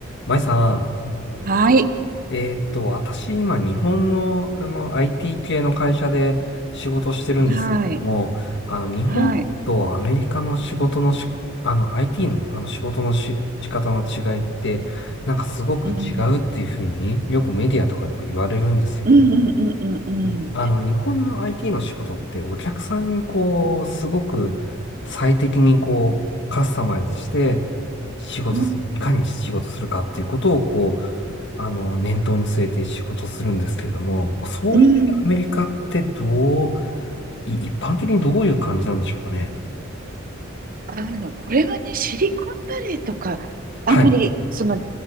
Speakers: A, on the left; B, on the right.
A: まいさん、
B: はい。
A: えーっと、私今日本の、あの IT 系の会社で仕事してるんですけども、
B: はい。
A: あの日本とアメリカの仕事のし、
B: はい。
A: あの IT の、あの仕事のし、仕方の違いって、なんかすごく違うっていうふうによくメディアとかでは言われるんですけども、
B: うん。うんうんうん
A: あの、日本の IT の仕事ってお客さんにこう、すごく最適にこう、カスタマイズして仕事する、
B: うんうん。うん。
A: いかに仕事するかっていうことをこう、あの、念頭に据えて仕事するんですけれども、まあそういう点でアメリカってどう、
B: うん。
A: い一般的にどういう感じなんでしょうかね。
B: あの、これはね、シリコンバレーとか、
A: はい。
B: あんまり、その、